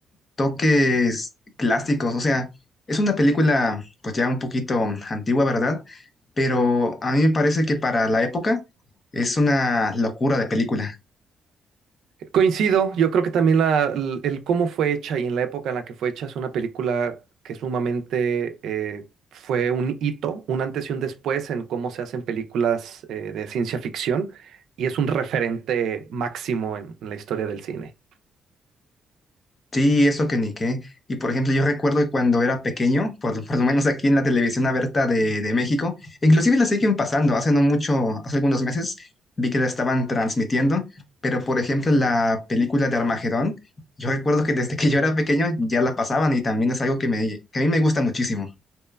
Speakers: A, on the left; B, on the right.
A: toques clásicos, o sea, es una película pues ya un poquito antigua, ¿verdad? Pero a mí me parece que para la época es una locura de película.
B: Coincido, yo creo que también la- l- el cómo fue hecha y en la época en la que fue hecha es una película que sumamente eh, fue un hito, un antes y un después en cómo se hacen películas eh, de ciencia ficción y es un referente máximo en en la historia del cine.
A: Sí, eso que ni qué. Y por ejemplo, yo recuerdo que cuando era pequeño, por, <laughs> lo por lo menos aquí en la televisión abierta de, de México, inclusive la siguen pasando, hace no mucho, hace algunos meses vi que la estaban transmitiendo, pero por ejemplo la película de Armagedón, yo recuerdo que desde <laughs> que yo era pequeño ya la pasaban y también es algo que, me, que a mí me gusta muchísimo.